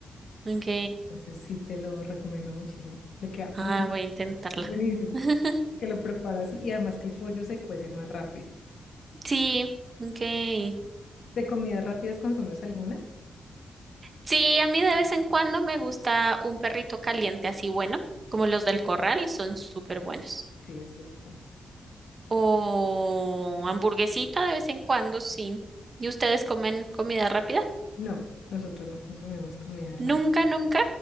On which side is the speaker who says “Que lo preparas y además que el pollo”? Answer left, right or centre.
Left